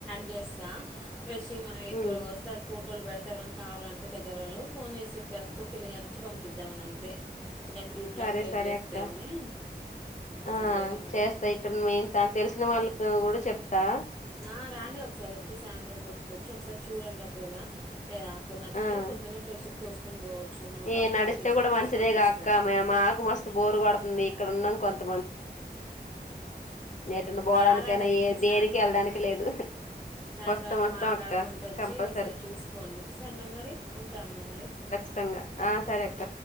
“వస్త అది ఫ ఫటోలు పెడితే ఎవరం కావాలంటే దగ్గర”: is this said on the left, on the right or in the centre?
Centre